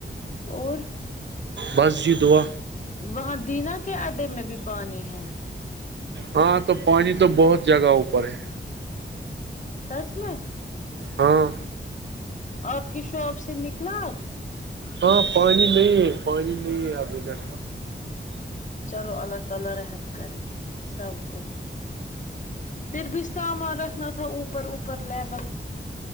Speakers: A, on the left; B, on the right.
A: اور
B: بس جی دعا
A: وہاں دینا کے اڈے میں بھی پانی ہے
B: ہاں تو پانی تو بہت جگہوں پر ہے
A: سچ میں
B: ہاں
A: آپ کی شاپ سے نکلا
B: ہاں پانی نہیں ہے پانی نہیں ہے اب ادھر
A: چلو اللہ تعالی رحم کرے سب کو پھر بھی سامان رکھنا تھا تھا اوپر اوپر لیول